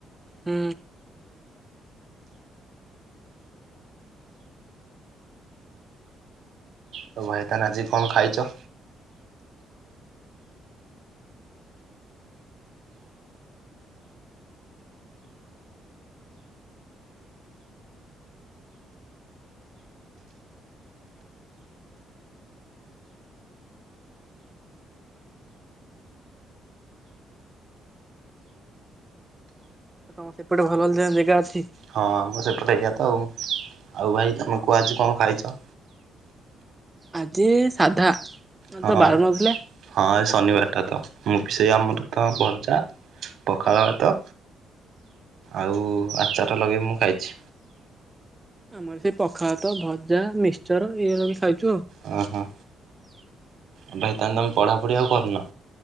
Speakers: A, on the right (about 15°); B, on the right (about 70°).
A: ହୁଁ।
B: ତ ଭାଇ ତାହାହେଲେ ଆଜି କଣ ଖାଇଚ?
A: ତମର ସେପଟେ ଭଲ ଭଲ ଜ ଜାଗା ଅଛି?
B: ହଁ ଆମ ସେପଟେ ଏରିଆ ତ ଆଉ ଆଉ ଭାଇ ତମେ କୁହ ଆଜି କଣ ଖାଇଚ?
A: ଆଜି ସାଧା। ଆଜି
B: ହଁ
A: ତ ବାର
B: ଆଜ
A: ନଥିଲା
B: ହଁ ଆ ଶନିବାରଟା ତ ମୁଁ ବି ସେଇ ଆମର ତ ଭଜା ପଖାଳଭାତ ଆଉ ଆଚାରଟା ଲଗେଇବି ମୁଁ ଖାଇଚି।
A: ଆମର ସେ ପଖାଳ ଭାତ ଭଜା ମିକ୍ସଚର ଏଇଆ ଲଗେଇ ଖାଇଛୁ ଆଉ।
B: ହଁ ହଁ।
A: <inaudible>
B: ଆ ଭାଇ ତାହାଲେ ତମେ ପଢା ପଢି ଆଉ କରୁନ?